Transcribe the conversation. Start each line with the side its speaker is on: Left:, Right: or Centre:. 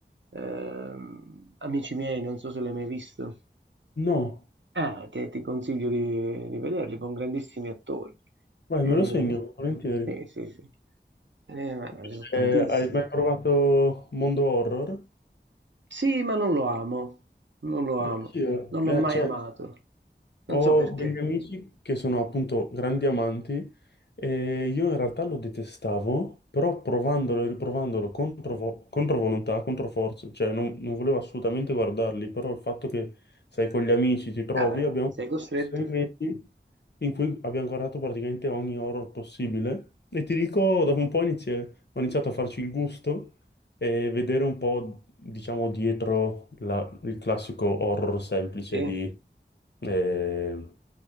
Right: ehm, Amici miei, non so se l'hai mai visto.
Left: No,
Right: Eh, che ti consiglio di, di vederli con grandissimi attori.
Left: vai,
Right: Eh,
Left: me lo segno, volentieri.
Right: sì, sì, sì. Eh, ma
Left: Invece,
Right: sono tantissimi.
Left: eh, hai mai provato mondo horror?
Right: Sì, ma non lo amo, non lo amo,
Left: Eh, sì, eh,
Right: non
Left: eh,
Right: l'ho mai
Left: cioè,
Right: amato, non
Left: Ho
Right: so perché.
Left: degli amici che sono appunto grandi amanti e io in realtà lo detestavo, però provandolo e riprovandolo contro, vo- contro volontà, contro forza, cioè non, non volevo assolutamente guardarli, però il fatto che sei con gli amici, ti trovi,
Right: Vabbè,
Left: abbiamo
Right: sei costretto.
Left: sei mesi in cui abbiamo guardato praticamente ogni horror possibile e ti dico, dopo un po' inizi- ho iniziato a farci il gusto e vedere un po', diciamo, dietro la- il classico horror semplice
Right: Sì.
Left: di, eh,